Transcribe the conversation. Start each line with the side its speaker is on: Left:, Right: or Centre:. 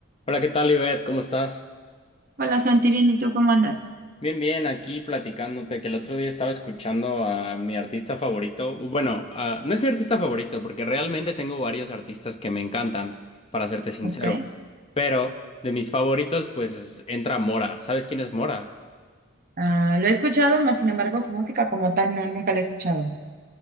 Left: Hola, ¿qué tal, Ivette? ¿Cómo estás?
Right: Hola Santi, bien, ¿y tú cómo andas?
Left: Bien, bien, aquí platicándote que el otro día estaba escuchando a mi artista favorito. Bueno, ah, no es mi artista favorito porque realmente tengo varios artistas que me encantan, para serte sincero.
Right: Ok.
Left: Pero de mis favoritos, pues entra Mora. ¿Sabes quién es Mora?
Right: Ah, lo he escuchado, más sin embargo, su música como tal no, nunca la he escuchado.